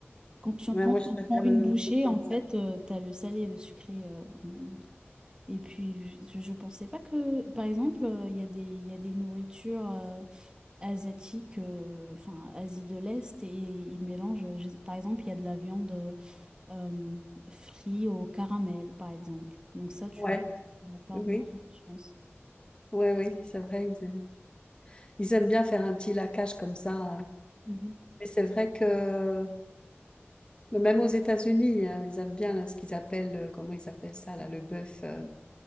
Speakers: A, on the right; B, on the left.
A: quand tu,
B: Ouais,
A: quand
B: moi,
A: tu
B: je
A: en
B: préfère
A: prends une
B: le
A: bouchée,
B: pop-corn
A: en fait,
B: salé.
A: tu as le salé et le sucré. euh, en- Et puis, je, je pensais pas que, par exemple, euh, il y a des, il y a des nourritures euh, asiatiques, euh, enfin, Asie de l'Est, et ils mélangent, euh, je- par exemple, il y a de la viande euh, frite au caramel, par exemple. Donc ça, tu
B: Ouais.
A: tu vas pas
B: Oui,
A: en
B: oui.
A: manger, je pense.
B: ouais, oui, c'est vrai. Ils, aiment ils aiment bien faire un petit laquage comme ça. hein.
A: Mhm.
B: Mais c'est vrai que même aux États-Unis, hein, ils aiment bien là, ce qu'ils appellent, euh, comment ils appellent ça, là, le bœuf. euh,